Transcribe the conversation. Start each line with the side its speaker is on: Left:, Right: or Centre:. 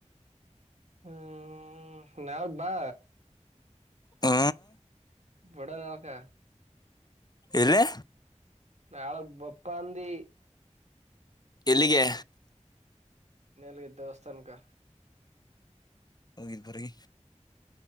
Right: ಹ್ಮ್ ನಾಳೆ ಬಾ
Left: ಹ
Right: ಬಡ ಯಾಕೆ
Left: ಎಲ್ಲೇ
Right: ನಾಳೆ ಬರ್ತೀನಿ ಅಂತ ಅಂದಿ
Left: ಇಲ್ಲಿಗೆ
Right: ನೆಲಗೆ ದೇವಸ್ಥಾನಕ
Left: ಹೋಗಿದ್ ಬ್ರಿ